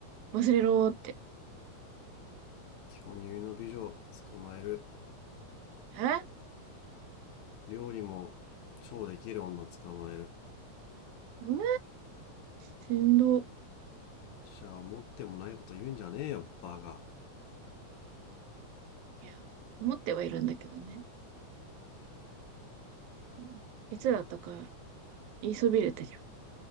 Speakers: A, on the right; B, on the left.
A: 忘れろーって。
B: 巨乳の美女捕まえる
A: え
B: 料理も超できる女捕まえる
A: うんしんど。
B: じゃあ思ってもないこと言うんじゃねえよバカ
A: いや、思ってはいるんだけどね。うんいつだったか言いそびれたじゃ